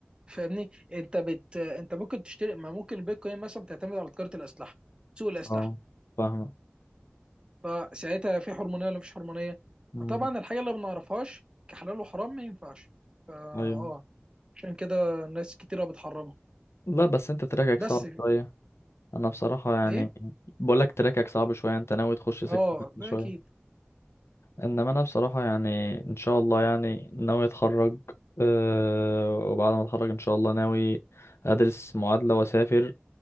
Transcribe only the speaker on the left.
اه فاهمه
امم
ايوه
لا بس انت تراكك
صعب شويه انا بصراحه يعني
بقولك تراكك صعب شويه انت ناوي تخش سكه
شويه
انما انا بصراحة يعني ان شاء الله يعني ناوي اتخرج أه وبعد ما اتخرج ان شاء الله ناوي ادرس معادلة واسافر